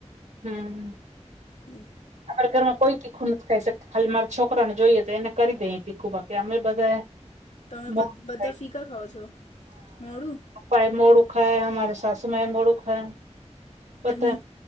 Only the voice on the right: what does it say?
હં.
અમારા ઘરમાં કોઈ તીખું નથી ખાઈ શકતું. ખાલી મારા છોકરાને જોઈએ. તો એને કરી દયે તીખું બાકી, અમે બધા.
મોડું
ખાઈ
ભાઈ મોરુ ખાય. અમારા સાસુ માય મોરુ ખાય. બધા